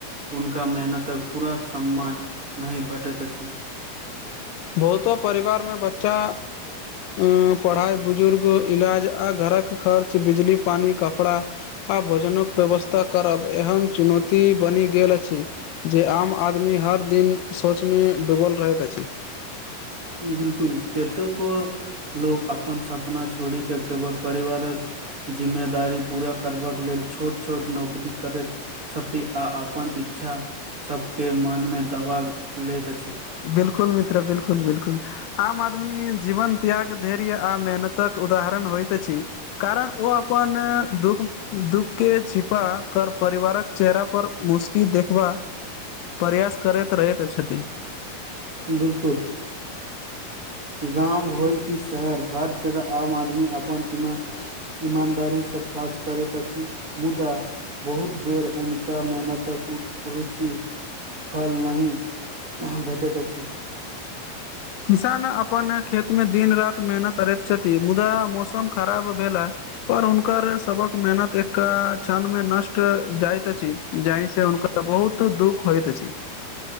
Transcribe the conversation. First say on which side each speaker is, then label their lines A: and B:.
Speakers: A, on the right; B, on the left.
A: हुनका मेहनतक पूरा सम्मान नहि भेटैत अछि
B: बहुतो परिवार में बच्चा अ पढ़ाई बुजुर्ग इलाज आ घरक खर्च बिजली पानी कपड़ा आ भोजनक व्यवस्था करब एहन चुनौती बनि गेल अछि जे आम आदमी हर दिन सोच में डूबल रहैत अछि
A: बिलकुल कतेको लोक अपन सपना छोड़ि क केवल परिवारक जिम्मेदारी पूरा करबाक लेल छोट छोट नौकरी करैत छति आ अपन इच्छासभके मनमे दबा लैत अछि
B: बिलकुल मित्र बिलकुल बिलकुल आम आदमी जीवन त्याग धैर्य आ मेहनतक उदाहरण होइत अछि कारण ओ अपन दुःख दुःख के छिपा कर परिवारक चेहरा पर मुशकी देखबा प्रयास करैत रहैत छथि
A: बिलकुल गाम होय कि शहर हर जगह आम आदमी अपन इममे ईमानदारीसँ काज करैत अछि मुदा बहुत बेर हुनका मेहनतक रुचि फल नहि भेटैत अछि
B: किसान अपन खेत में दिन राति मेहनत करैत छथि मुदा मौसम खराब भेला पर हुनकर सबक मेहनत एक क्षण में नष्ट जाइत अछि जहि से हुनका तऽ बहुत दुःख होइत छी